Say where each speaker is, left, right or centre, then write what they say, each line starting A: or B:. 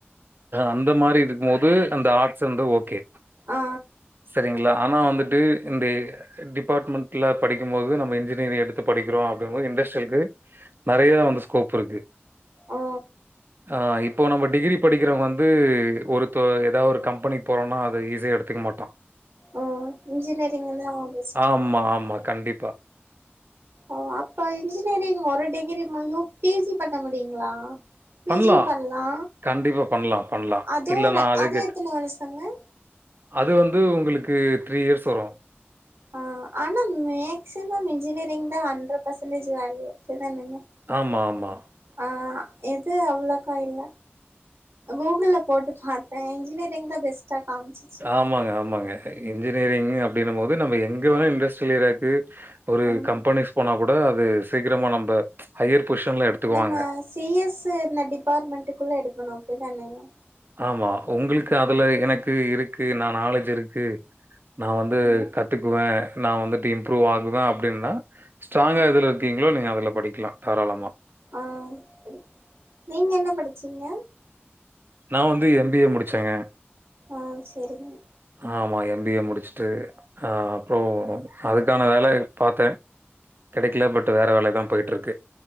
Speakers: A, on the right; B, on the right.
A: அந்த மாரி இருக்கும் போது அந்த ஆர்ட்ஸ் வந்து ஓகே
B: ஆ
A: செரிங்களா ஆனா வந்துட்டு இந்தி டிபார்ட்மெண்ட்ல படிக்கும் போது நம்ம இன்ஜினியரிங் எடுத்து படிக்கிறோ அப்டிங்கும்போது இண்டஸ்ட்ரியலு நறையாவ வந்து ஸ்கோப் இருக்கு
B: ஓ
A: ஆ இப்போ நம்ம
B: அது
A: டிகிரி படிக்கிறவுங்க வந்து ஒரு இப்போ ஏதாவ் ஒரு கம்பெனிக்கு போறோன்னா அது ஈஸியா எடுத்துக்க மாட்டா
B: ம் இன்ஜினியரிங்வந்துலா பெஸ்ட்
A: ம்மா ஆமா கண்டிப்பா
B: ஓ அப்ப இன்ஜினியரிங் ஒரு டிகிரி முடியும் பிஜி பண்ண முடியுங்களா பிஜியும்
A: பண்ணலாம்.
B: பண்லா
A: கண்டிப்பா பண்ணலாம், பண்ணலாம்.
B: அதுவு
A: இல்ல நான் அதுக்கு
B: அது எத்தன வருசங்கே
A: அது வந்து உங்களுக்கு த்ரீ இயர்ஸ் வரு
B: ஆ ஆனா மேக்சிமம் இன்ஜினியரிங் தா ஹண்ட்ரட் பசன்டேஜ் வேல்யூ அப்பிடிதானுங்க
A: ஆமா ஆமா
B: ஆ எது அவ்வளோக்கா இல்ல கூகுல்ல போட்டு பாத் தே இன்ஜினேயரிங் தா பேஸ்டா காம்ச்சிச்சி
A: ஆமாங்கே ஆமாங்கே இன்ஜினியரிங் அப்டின்ன போது நம்ம எங்க வேணு இண்டஸ்ட்ரியல் ஏரியாக்கு ஒரு
B: ம்
A: கம்பெனி ஸ் போனா கூட அது சீக்கிரமா நம்ம ஹையர் பொசிஷனல எடுத்துக்குவாங்க
B: நம்ம சி எஸ் ஸு இந்த டிபார்ட்மெண்ட்டுக்குள்ளே எடுக்கணு அப்டி தானேங்கே
A: ஆமா உங்களுக்கு அதுல எனக்கு இருக்கு நா நாலேஜ் இருக்கு நா வந்து
B: ம்
A: கத்துக்குவே நா வந்துட்டு இம்ப்ரூவ் ஆகுவே அப்டின்னா ஸ்ட்ராங்கா எதுல இருக்கீங்களோ நீங்க அதுல படிக்கலா தாராளமா
B: ஆ அப்பிடி நீங்க என்ன படிச்சிங்க
A: நா வந்து எம் பி ஏ முடுச்சேங்க
B: ஆ செரிங்க
A: ஆமா எம் பி ஏ முடுச்சுட்டு ஆ அப்பறோ அதுக்கான வேலை பாத்தே கெடைக்கல பட் வேற வேலை தா போயிட்ருக்கு